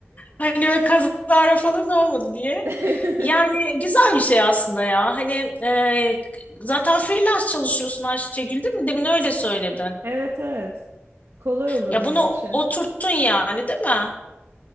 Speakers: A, on the left; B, on the right.
A: Hani böyle kazara falan olmadı diye.
B: <laughs>
A: Yani güzel bir şey aslında ya. Hani e, zaten freelance çalışıyorsun Ayşegül değil mi? Demin öyle söyledin.
B: Evet evet. Kolay olur
A: Ya
B: benim
A: bunu
B: için.
A: oturttun yani değil mi?